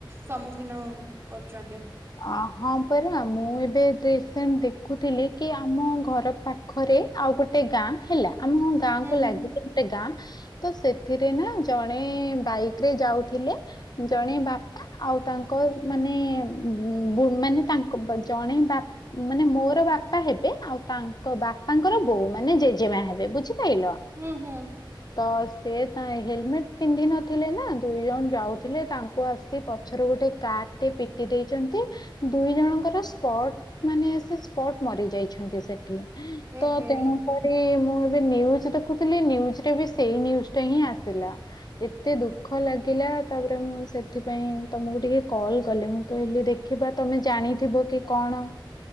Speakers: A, on the right (about 30°); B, on the left (about 50°).
A: ସମ୍ମୁଖୀନ କରୁଛନ୍ତି।
B: ଅ ହଁ ପରା ମୁଁ ଏବେ ରିସେଣ୍ତେ ଦେଖୁଥିଲିକି ଆମ ଘର ପା ଖରେ ଆଉ ଗୋଟେ ଗାଁ ହେଲା ଆମ ଗାଁକୁ
A: ହୁଁ ହୁଁ
B: ଲାଗିଚି। ଗାଁ ତସେଥିରେନା ଜଣେ ବାଇକିରେ ଯାଉଥିଲେ ଜଣେ ବାପା ଆଉ ତାଙ୍କ ମାନେ ଉ ବ ମାନେ ତାଙ୍କ ଜଣେ ବା ମାନେ ମୋର ବାପା ହେବେ ଆଉ ତାଙ୍କ ବାପାଙ୍କର ବୋଉ ମାନେ ଜେଜେମା ହେବେ ବୁଝିପାରିଲ?
A: ହୁଁ ହୁଁ।
B: ତ ସେ ତା ହେଲମେଟ୍ ପିନ୍ଧି ନଥିଲେନା ଦୁଇ ଜଣ ଯାଉଥିଲେ ତାଙ୍କୁ ଆସି ସେ ପଛରୁ ଗୋଟେ କାର୍ ଟେ ପି ପିଟି ଦେଇଛନ୍ତି ଦୁଇ ଜଣଙ୍କର ସ୍ପଟ ମାନେ ସେ ସ୍ପଟ ମରିଯାଇଛନ୍ତି ସେଠି।
A: ଏ
B: ତ
A: ହେ
B: ତେଣୁ ପରେ ମୁଁ ଏବେ ନ୍ୟୁଜ ଦେଖୁଥିଲି ନ୍ୟୁଜୁରେବି ସେଇ ନ୍ୟୁଜ୍ ଟାହିଁ ଆସିଲା। ଏତେ ଦୁଃଖ ଲାଗିଲା ତାପରେ ମୁଁ ସେଥିପାଇଁ ତମକୁ ଟିକେ କଲ୍ କଲି ମୁଁ କହିଲି ଦେଖିବା ତମେ ଜାଣିଥିବକି କଣ